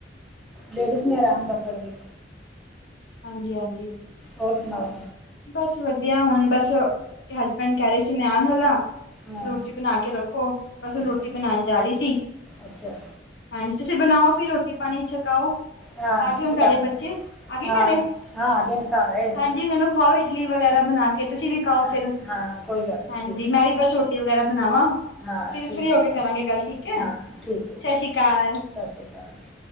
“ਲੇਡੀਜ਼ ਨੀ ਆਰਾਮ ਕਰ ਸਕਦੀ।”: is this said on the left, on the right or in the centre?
Centre